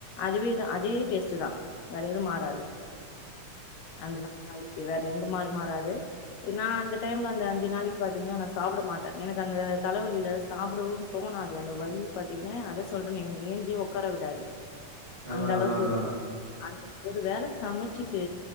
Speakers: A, on the left; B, on the right.
A: அதுவேதான் அதே டேஸ்ட் தா வேற எதும் மாறாது அந்த நாலு நாளைக் இவர் எந்த மாரி மாறாது ஏன்னா அந்த டைம்ல அந்த அஞ்சு நாளைக்கு பாத்தீங்ன்னா நா சாப்ட மாட்ட எனக்கு அந்த தலவலில சாப்டவு தோணாது அந்த வலி பார்த்தீங்கன்னா அத சொல்றேன ஏஞ்சியே ஒக்காரவிடாது
B: அதா
A: அந்த அளவுக்கு
B: அதா அதா
A: இருக்கூ அந்த ஒரு வேல சமச்சிட்டு